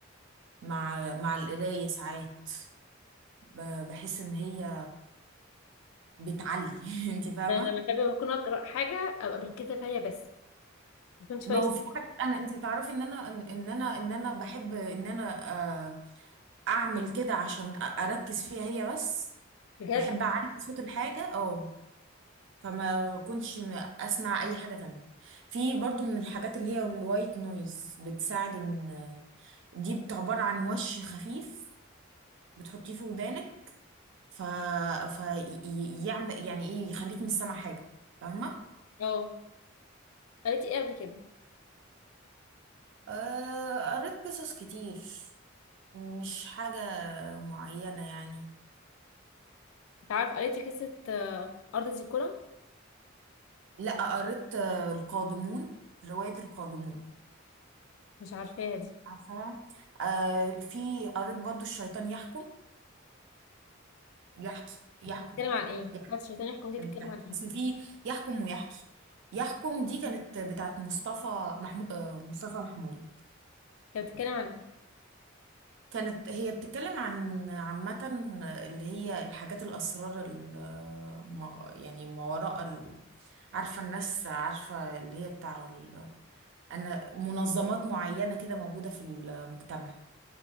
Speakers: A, on the right (about 65°); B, on the left (about 85°).
A: مع مع القراية ساعات ب- بحس ان هي بتعلي <laughs> انت فاهمة
B: يعني لما بحب لما اكون اقرا حاجه ابقى مركزه فيها بس ما كنتش
A: ما
B: فايسه
A: هو في حاجات انا انت تعرفي ان انا ان إن انا ان انا بحب ان انا آه، اعمل كده عشان أ- اركز فيها هي بس
B: بجد
A: بحب اعلي صوت الحاجة اه فما كنتش اسمع اي حاجة تانية في برضو من الحاجات اللي هي الوايت نويز بتساعد ان دي بت- عبارة عن وش خفيف بتحطيه في ودانك ف فيعمل يعني ايه يخليك مش سامع حاجة فاهمة
B: اه قريتي ايه قبل كده
A: آه، قريت قصص كتير مش حاجة معينة يعني
B: انت عارف قريتي قصة آه، أرض زيكولا
A: لا قريت آه، القادمون رواية القادمون
B: مش عارفاها دي
A: عارفة آه في قريت برضو الشيطان يحكم يحكي يحكم
B: بتتكلم عن ايه
A: يحكي
B: بتاعت الشيطان يحكم دي
A: كانت
B: بتتكلم
A: يحكي
B: عن ايه
A: اصل في يحكم ويحكي يحكم دي كانت بتاعت مصطفى محمود آه مصطفى محمود
B: كانت بتتكلم عن ايه
A: كانت هي بتتكلم عن عامة اللي هي الحاجات الأسرار ال- ما- يعني ما وراء ال- عارفة الناس عارفة اللي هي بتاع ال- أنا منظمات معينة كده موجودة في المجتمع